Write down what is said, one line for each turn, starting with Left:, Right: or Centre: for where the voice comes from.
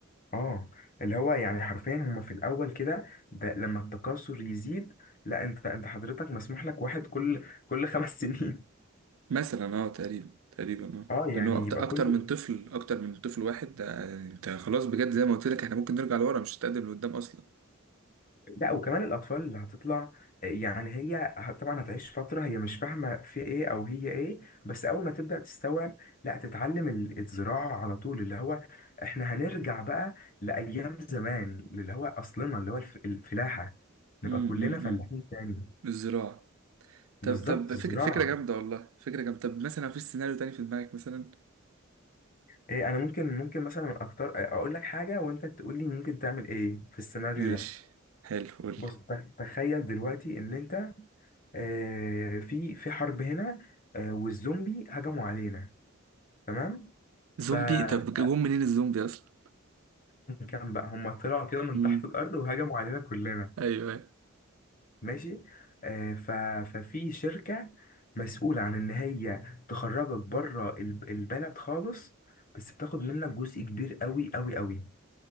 Left: اه اللي هو يعني حرفيا هما في الاول كده ده لما التكاثر يزيد لا انت انت حضرتك مسموح لك واحد كل كل خمس سنين
Right: مثلا اه تقريبا تقريبا اه
Left: اه يعني
Right: لان هو
Left: يبقى
Right: أكت- اكتر
Left: كل
Right: من طفل اكتر من طفل واحد ده انت خلاص بجد زي ما قلت لك احنا ممكن نرجع لورا مش هتقدم لقدام اصلا
Left: لا وكمان الأطفال اللي هتطلع آه، يعني هي ه- طبعا هتعيش فترة هي مش فاهمة في إيه أو هي إيه بس أول ما تبدأ تستوعب لا تتعلم ال- الزراعة على طول اللي هو إحنا هنرجع بقى لأيام زمان اللي هو أصلنا اللي هو الف- الفلاحة
Right: امم
Left: نبقى كلنا
Right: امم
Left: فلاحين
Right: إمم.
Left: تاني
Right: الزراعة
Left: بالظبط
Right: طب طب
Left: الزراعة
Right: فك... فكرة جامدة والله فكرة جامدة طب مثلا مفيش سيناريو تاني في دماغك مثلا
Left: إيه أنا ممكن ممكن مثلا أكتر آه، أقول لك حاجة وأنت تقول لي ممكن تعمل إيه في السيناريو
Right: ماشي
Left: ده
Right: حلو قول لي
Left: بص تخيل دلوقتي إن أنت آه، في في حرب هنا آه، والزومبي هجموا علينا تمام فأيا
Right: زومبي طب جم منين الزومبي أصلا
Left: كان بقى هم طلعوا كده من
Right: امم
Left: تحت الأرض وهجموا علينا كلنا
Right: ايوه ايوه
Left: ماشي آه، ف- ففي شركة مسؤولة عن إن هي تخرجك بره الب- البلد خالص بس بتاخد منك جزء كبير قوي قوي قوي